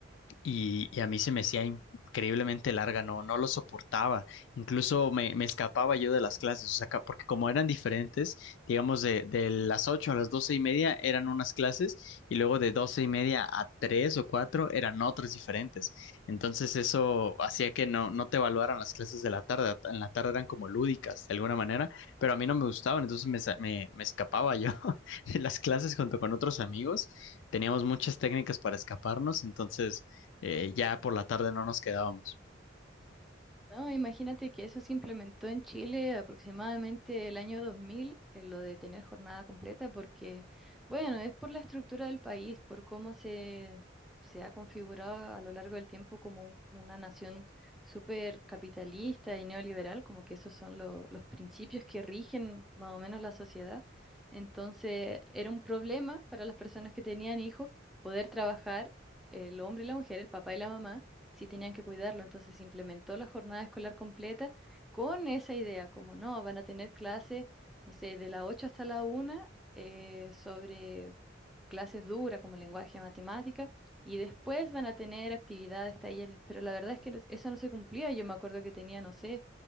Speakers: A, on the left; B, in the centre.
A: y,
B: Ujú.
A: y a mí se me hacía increíblemente larga, no, no lo soportaba. Incluso me, me escapaba yo de las clases, o sea, ca- porque como eran diferentes, digamos de, de las 8 a las doce y media eran unas clases y luego de doce y media a 3 o 4 eran otras diferentes. Entonces eso hacía que no, no te evaluaran las clases de la tarde, en la tarde eran como lúdicas de alguna manera, pero a mí no me gustaban, entonces me, sa- me, me escapaba yo <laughs> de las clases junto con otros amigos. Teníamos muchas técnicas para escaparnos, entonces eh, ya por la tarde no nos quedábamos.
B: No, imagínate que eso se implementó en Chile aproximadamente el año dos mil eh, lo de tener jornada completa, porque, bueno, es por la estructura del país, por cómo se, se ha configurado a lo largo del tiempo como un- una nación súper capitalista y neoliberal, como que esos son lo- los principios que rigen más o menos la sociedad. Entonces, era un problema para las personas que tenían hijos poder trabajar el hombre y la mujer, el papá y la mamá sí tenían que cuidarlo. Entonces se implementó la jornada escolar completa con esa idea, como no, van a tener clases, no sé, de la 8 hasta la una eh, sobre clases duras como lenguaje, matemática, y después van a tener actividades, talleres. Pero la verdad es que no- eso no se cumplía. Yo me acuerdo que tenía, no sé,